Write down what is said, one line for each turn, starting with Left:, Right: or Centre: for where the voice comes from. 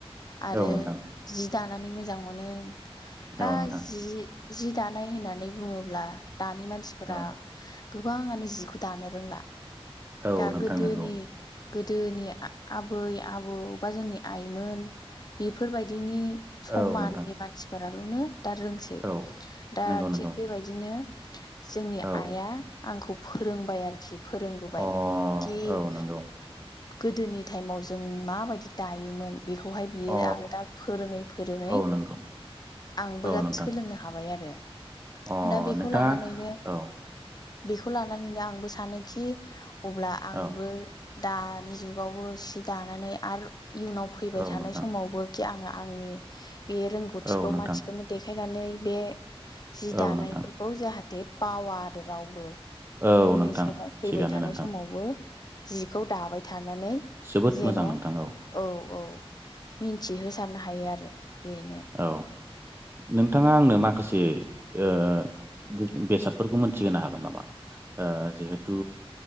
Left: आरो
Right: औ नोंथां
Left: जि दानानै मोजां मोनो। दा
Right: औ नोंथां
Left: जि जि दानाय होननानै बुङोब्ला दानि मानसिफोरा
Right: औ
Left: गोबाङानो जिखौ दानो रोंला
Right: औ
Left: दा
Right: नोंथां
Left: गोदोनि
Right: नंगौ
Left: गोदोनि आबै आबौ बा जोंनि आइमोन बेफोरबायदिनि समाननि
Right: औ नोंथां
Left: मानसिफोराल'नो दा रोंसै
Right: औ
Left: दा
Right: नंगौ नंगौ
Left: थिग बेबायदिनो जोंनि
Right: औ
Left: आइआ आंखौ फोरोंबाय आरोखि फोरोंबोबाय
Right: अ
Left: कि
Right: औ नंगौ
Left: गोदोनि टाइमाव जों माबायदि दायोमोन। बेखौहाय बियो
Right: अ
Left: आङो दा फोरोङै फोरोङै
Right: औ नंगौ
Left: आंबो
Right: औ
Left: दा
Right: नोंथां
Left: सोलोंनो हाबाय आरो
Right: अ
Left: दा बेखौ
Right: नोंथाङा
Left: लानानैनो
Right: औ
Left: बेखौ लानानैनो आंबो सानोखि अब्ला आंबो
Right: औ
Left: दानि जुगावबो सि दानानै आरो इयुनाव फैबाय
Right: औ
Left: थानाय
Right: नोंथां
Left: समावबो खि आंहा आंनि बे रोंगौथिखौ
Right: औ नोंथां
Left: मानसिफोरनो देखायनानै बे जि दानायफोरखौ
Right: औ नोंथां
Left: जाहाथे बावा आरो रावबो
Right: औ
Left: उननि
Right: नोंथां
Left: समाव फैबाय
Right: थिगानो
Left: थानाय
Right: नोंथां
Left: स बो जिखौ दाबाय थागोन। दानानै
Right: जोबोद
Left: जेन'
Right: मोजां
Left: औ
Right: नोंथां
Left: औ मिथिहोसै जानो हायो आरो बेनो।
Right: औ नोंथाङा आंनो माखासे ओ बु-बेसादफोरखौ मोनथिहोनो हागोन नामा जिहेथु